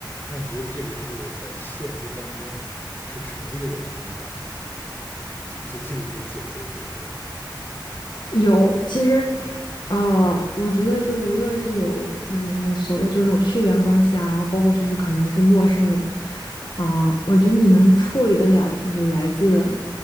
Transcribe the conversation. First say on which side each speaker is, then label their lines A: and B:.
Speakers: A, on the left (about 25°); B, on the left (about 65°).
A: 那你觉得这个是在现实当中是成立的吗？这种感情，就嫉妒自己姐姐，比如说，
B: 有，其实，呃，我觉得就是无论是有就是什么所谓就是那种血缘关系啊，然后包括就是可能是陌生人，啊、我觉得你能处理得了就是来自